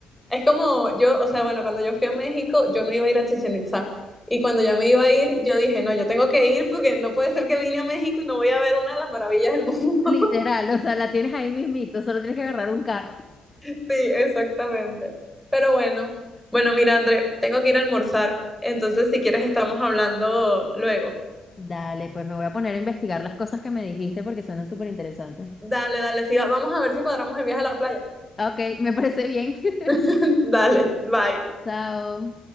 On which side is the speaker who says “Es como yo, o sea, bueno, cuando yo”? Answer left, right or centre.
Centre